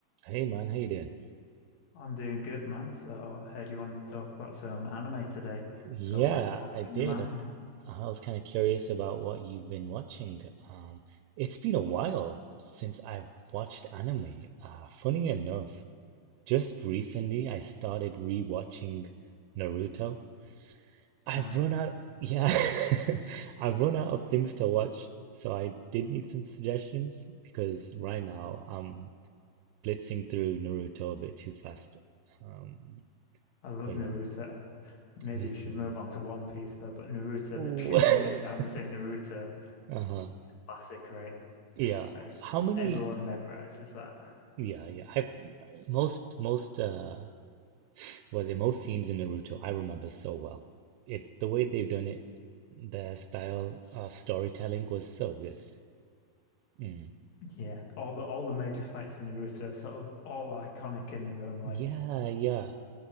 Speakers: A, on the right; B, on the left.
A: Hey man, how you doing?
B: I'm doing good, man. So I heard you wanted to talk about some anime today.
A: Yeah,
B: So what, what was
A: I
B: in
A: did.
B: your mind?
A: I was kind of curious about what you've been watching. Um, it's been a while since I watched anime. Uh, funny enough, just recently I started rewatching Naruto. I've
B: Nice.
A: run out, yeah, <laughs> I've run out of things to watch, so I did need some suggestions because right now I'm blitzing through Naruto a bit too fast. Um,
B: I love
A: but
B: Naruto.
A: yeah,
B: Maybe
A: me
B: you
A: too.
B: should move on to One Piece though, but Naruto,
A: Ooh.
B: the tuning
A: <laughs>
B: exams in Naruto
A: Uh-huh.
B: is classic, right?
A: Yeah.
B: Like
A: How many?
B: everyone memorizes that.
A: Yeah, yeah. I've most most uh was it most scenes in Naruto I remember so well. It the way they've done it, the style of storytelling was so good. Mm.
B: Yeah. All the all the major fights in Naruto are sort of all iconic in their own way.
A: Yeah, yeah.